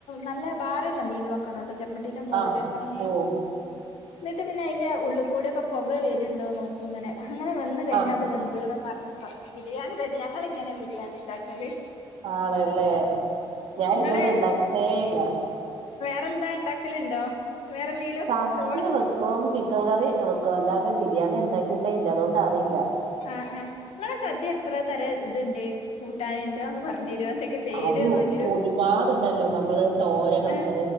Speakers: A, on the left (about 85°); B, on the right (about 75°).
A: നല്ല ഭാരമല്ല എന്തെങ്കിലും വെക്കാനൊട്ടോ ചെമ്പട്ടിന്റെ മുകളില്
B: ആ
A: ദം
B: ഓ
A: എന്നിട്ട് പിന്നെ അതിന്റെ ഉള്ള് കൂടെയൊക്കെ പുകെ വരുന്നുണ്ടോ നോക്കും ഇങ്ങനെ അങ്ങനെ വന്ന് കഴിഞ്ഞാൽ
B: ആ
A: അത് വെന്ത് ആഹ് ബിരിയാണി റെഡി ഞങ്ങൾങ്ങനെ ബിരിയാണി ഉണ്ടാക്കിയല്
B: ആണല്ലേ ഞാൻ
A: ഇങ്ങള്
B: ഇതുവരെ ഇണ്ടാക്കിയിട്ടേയില്ല
A: <unintelligible> ന്താ ഉണ്ടാക്കലുണ്ടോ വേറെന്തെലും
B: സദ്യ
A: ചോറിന്
B: വെക്കും ചിക്കൻ കറിയൊക്കെ വെക്കും അല്ലാതെ ബിരിയാണി ഉണ്ടാക്കിയിട്ടേ ഇല്ല അതുകൊണ്ട് അറിയില്ല
A: ആഹ് ആഹ് നിങ്ങെ സദ്യ എത്ര തരം ഇത്ണ്ട് കൂട്ടാനുണ്ട് അതൊന്നും പറഞ്ഞു തരുമോ എന്തൊക്കെ പേര്ന്നെങ്കിലും
B: അത് ഒരുപാടുണ്ടല്ലോ നമ്മള് തോരനുണ്ട്
A: ഏഹ്